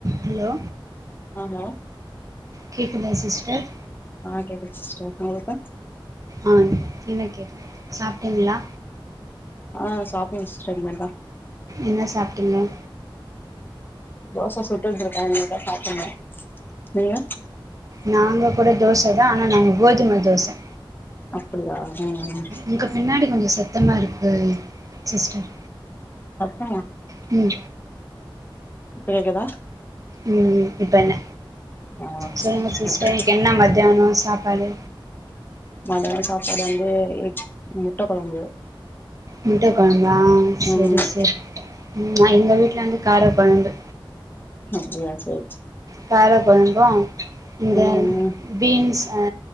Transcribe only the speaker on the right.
Hello
கேக்குதா sister
ஆ எனக் கேக்கு சாப்ட்டீங்களா
என்ன சாப்ட்டிங்க
நாங்க கூட தோச தா ஆனா நாங்க கோதும தோச
ஒங்க பின்னாடி கொஞ்ச சத்தமா இருக்கு சிஸ்டர்
ம்
ம் இப்ப என்ன
சொல்லுங்க சிஸ்டர்
இன்னைக்கு என்ன மத்தியானம் சாப்பாடு
முட்டை கொழம்பா சேரி
சேரி நா எங்க வீட்ல வந்து கார கொழம்பு
கார கொழம்பு இந்த
பீன்ஸ் ஆ